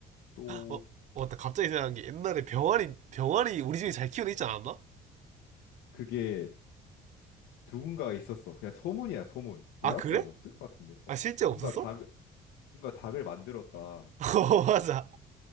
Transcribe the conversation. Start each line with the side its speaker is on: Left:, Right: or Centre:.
Left: 또
Right: 어, 맞다. 갑자기 생각난 게 옛날에 병아리, 병아리 우리 집에 잘 키우는 있지 않았나?
Left: 그게 누군가가 있었어. 그냥 소문이야, 소문.
Right: 아,
Left: 내가 봤을
Right: 그래?
Left: 때는 없을 것 같은데.
Right: 아,
Left: 어.
Right: 실제 없었어?
Left: 누군가 다
Right: <laughs>
Left: 뭔가 닭을 만들었다.
Right: 어, 맞아.